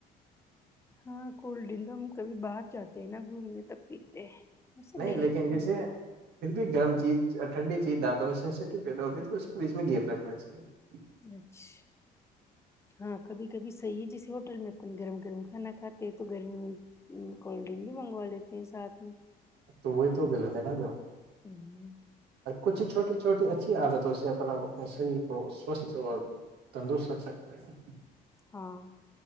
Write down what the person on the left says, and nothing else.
ہاں کول ڈن تو ہم کبھی باہر جاتے ہیں نا گھومنے تب پیتے ہیں <unintelligible>
ڈیلی
تو کون
پیتا
اچھا ہاں کبھی کبھی صحیح ہے جیسے ہوٹل میں اپ گرم گرم کھانا کھاتے ہیں تو گرمی میں کولڈ ڈرنک بھی منگوا لیتے ہیں ساتھ میں
ہوں
ہاں